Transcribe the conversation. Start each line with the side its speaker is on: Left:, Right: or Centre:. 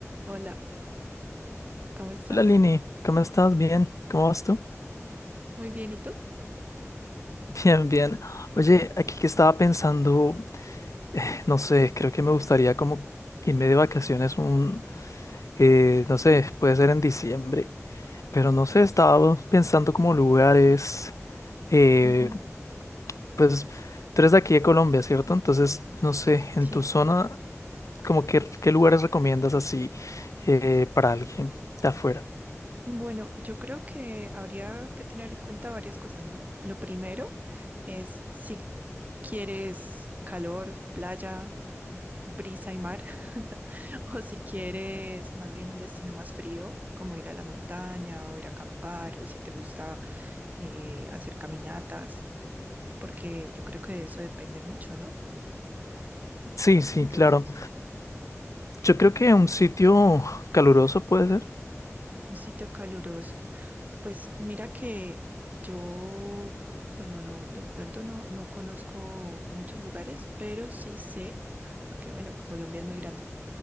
Right: Hola, ¿cómo estás?
Left: Hola Lini, ¿cómo estás? Bien, ¿cómo vas tú?
Right: Muy bien, ¿y tú?
Left: <laughs> Bien, bien. Oye, aquí que estaba pensando, eh, no sé, creo que me gustaría como irme de vacaciones un, eh, no sé, puede ser en diciembre, pero no sé, estaba pensando como lugares, eh,
Right: Ujú, ujú,
Left: pues tú eres de aquí de Colombia, ¿cierto? Entonces, no sé, en
Right: Sí.
Left: tu zona, como que, ¿qué lugares recomiendas así eh, para alguien de afuera?
Right: Bueno, yo creo que habría que tener en cuenta varias cosas, ¿no? Lo primero es si quieres calor, playa, brisa y mar, <laughs> o si quieres más bien un destino más frío, como ir a la montaña o ir a acampar, o si te gusta eh, hacer caminatas, porque yo creo que eso depende mucho, ¿no?
Left: Sí, sí,
Right: Entonces,
Left: claro. Yo creo que un sitio caluroso puede ser.
Right: un sitio caluroso. Pues mira que yo, bueno, no, de pronto no, no conozco muchos lugares, pero sí sé, porque bueno, Colombia es muy grande,